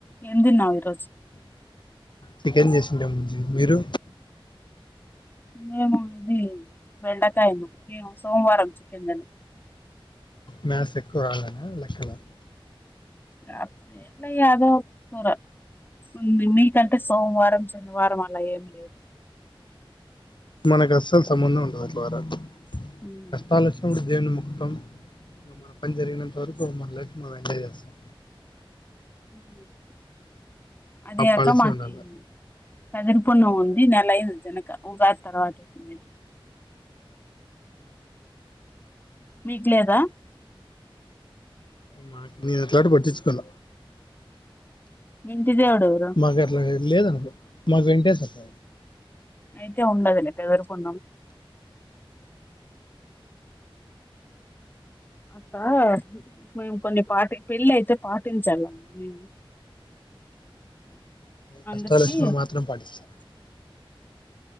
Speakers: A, on the left (about 20°); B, on the left (about 55°).
A: ఏం తిన్నావ్ ఈరోజు
B: చికెన్ చేసుకున్నాం బుజ్జి మీరు
A: మేము ఇది బెండకాయన్నం మేము సోమవారం చికెన్ తినం
B: మ్యాస్ ఎక్కువ రాల్లనా లెక్కలు
A: అట్లేం లా యాదో ఒ కూర ఉందిమి కంటే సోమవారం శనివారం అలా ఏమి లేదు
B: మనకు అస్సలు సంబంధం ఉండదు అట్లా వారాలు
A: ఉమ్.
B: కష్టాలొచ్చినపుడు దేవున్ని ముక్కుతాం ఇంక మనం పని జరిగినంత వరకు మన లైఫ్ మనం ఎంజాయ్ చేస్తాం
A: ఆ అదే
B: ఆ పాలసీ
A: అక మాకి
B: ఉండాలి
A: కదిరిపల్లో ఉంది నెలయింది తినక ఉగాది తర్వాతే తినేది మీక్లేదా
B: మాక్ నేను అట్లాడివి పట్టిచ్చుకోల
A: వెన్ విజేవాడవరు
B: మాకు అట్లా లేదనుకో మాకు వెంటేశ్వర స్వామి
A: అయితే ఉండదులే బెదరుకొన్నం అట్టా మేము కొన్ని పాటి పెళ్ళి అయితే పాటించల్ల మేము
B: కష్టాలు
A: అందుకి
B: వచ్చినపుడు మాత్రం పాటిస్థా